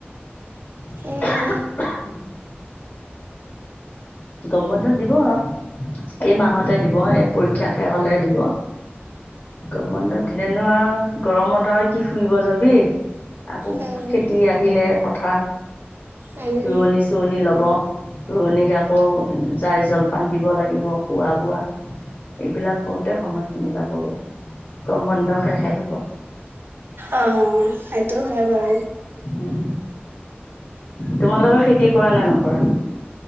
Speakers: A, on the left; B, on the right.
A: <inaudible>
B: উম,
A: গৰম বন্ধত দিব আৰু। এই মাহতে দিব এই পৰীক্ষা শেষ হলে দিব। গৰম বন্ধত দিলেনো আৰু গৰম বন্ধ আৰু কি ফুৰিব যাবি। আকৌ
B: উম,
A: খেতি আহিলে পথাৰ
B: উম,
A: ৰোৱনি। ৰুৱনী লব ৰুৱনীক আকৌ যাই জলপান দিব লাগিব খোৱ বোৱা। এইবিলাক কৰোতে সময়খিনি যাবগৈ গৰম বন্ধ শেষ হ'ব।
B: অ সেইটো হয় বাৰু।
A: উম তোমালোকৰ খেতি কৰা নে নকৰা?